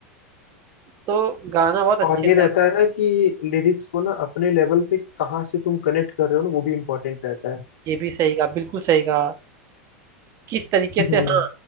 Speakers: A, on the right; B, on the left.
A: तो गाना बहुत अच्छे
B: और ये
A: से
B: रहता
A: आप
B: है ना कि लिरिक्स को ना अपने लेवल पे कहाँ से तुम कनेक्ट कर रहे हो ना वो भी इम्पोर्टेंट रहता है
A: ये भी सही कहा बिल्कुल सही कहा किस तरीके
B: हम्म
A: से हाँ